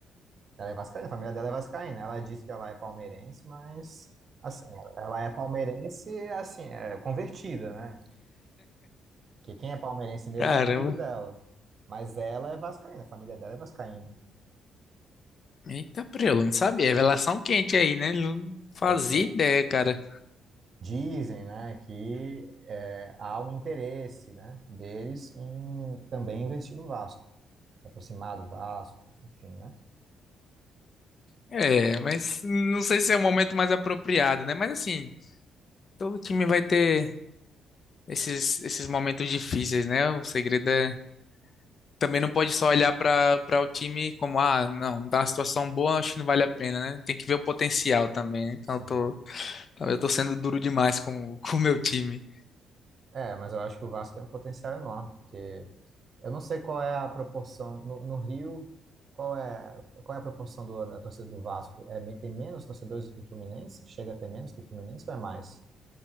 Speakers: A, on the right (about 50°); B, on the left (about 45°).
A: Ela é vascaína, a família dela é vascaína. Ela diz que ela é palmeirense, mas assim, ela é palmeirense, assim, é convertida, né? Que quem é palmeirense mesmo
B: Caramba.
A: é o marido dela. Mas ela é vascaína, a família dela é vascaína.
B: Eita, prelo, não sabia. É Revelação quente aí, né? Não fazia
A: Pois é.
B: ideia, cara.
A: Dizem, né, que é, há um interesse, né, deles em também investir no Vasco, se aproximar do Vasco, enfim, né?
B: É, mas não sei se é o momento mais apropriado, né? Mas assim, todo time vai ter esses, esses momentos difíceis, né? O segredo é. Também não pode só olhar para para o time como, ah, não, não tá na situação boa, acho que não vale a pena, né? Tem que ver o potencial também. né?
A: Sim.
B: Então, eu tô, eu tô sendo duro demais com, <laughs> com o meu time.
A: É, mas eu acho que o Vasco tem um potencial enorme, porque Eu não sei qual é a proporção no, no Rio, qual é, qual é a proporção do- da torcida do Vasco? É, me- tem menos torcedores do que o Fluminense? Chega a ter menos que o Fluminense ou é mais?